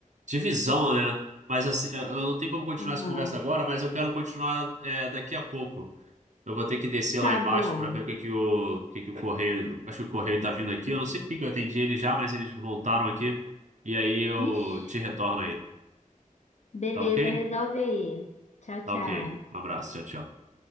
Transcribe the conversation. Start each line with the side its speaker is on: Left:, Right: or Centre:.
Right: Divisão, né? Mas assim, eu eu não tenho como continuar
Left: Aham,
Right: essa conversa agora, mas eu quero continuar é, daqui a pouco. Eu vou ter que descer
Left: tá
Right: lá embaixo
Left: bom.
Right: para ver o que que o, o que que o correio. Acho que o correio tá vindo aqui. Eu não sei por que que eu atendi ele já, mas eles voltaram aqui. E aí eu
Left: Ixi,
Right: te retorno aí.
Left: beleza,
Right: Tá ok?
Left: resolve aí. Tchau,
Right: Tá
Left: tchau.
Right: ok. Um abraço. Tchau, tchau.